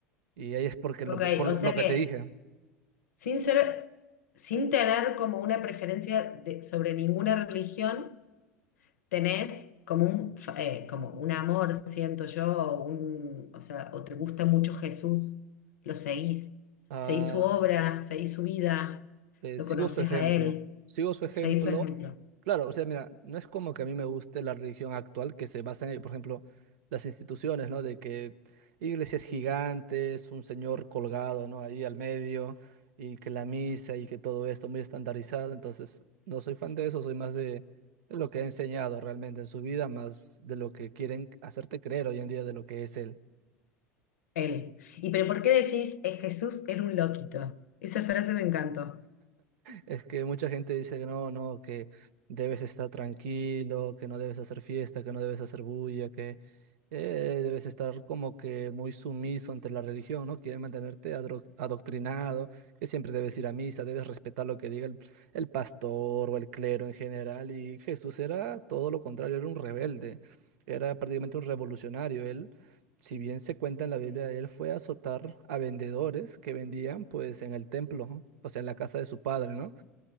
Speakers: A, on the right (about 60°); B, on the left (about 70°).
A: Y ahí es porque
B: Ok,
A: lo, por
B: o
A: lo
B: sea
A: lo que
B: que
A: te dije,
B: sin ser, sin tener como una preferencia de- sobre ninguna religión. tenés como un, fa- eh, como un amor, siento yo, o un, o sea, o te gusta mucho Jesús, lo seguís,
A: ah,
B: seguís su obra, seguís su vida,
A: eh,
B: lo
A: sigo
B: conoces
A: su ejemplo,
B: a él,
A: sigo su ejemplo.
B: seguís su ejemplo,
A: Claro, o sea, mira, no es como que a mí me guste la religión actual que se basa en, por ejemplo, las instituciones, ¿no? De que iglesias gigantes, un señor colgado, ¿no? Ahí al medio, y que la misa y que todo esto muy estandarizado. Entonces, no soy fan de eso, soy más de lo que he enseñado realmente en su vida, más de lo que quieren hacerte creer hoy en día de lo que es él.
B: él. ¿Y pero por qué decís, "Eh, Jesús era un loquito? Esa frase me encantó.
A: Es que mucha gente dice que no, no, que debes estar tranquilo, que no debes hacer fiesta, que no debes hacer bulla, que eh, debes estar como que muy sumiso ante la religión, ¿no? Quieren mantenerte adro- adoctrinado, que siempre debes ir a misa, debes respetar lo que diga el, el pastor o el clero en general. Y Jesús era todo lo contrario, era un rebelde, era prácticamente un revolucionario. Él, si bien se cuenta en la Biblia, él fue a azotar a vendedores que vendían pues en el templo, ¿no? o sea, en la casa de su padre, ¿no?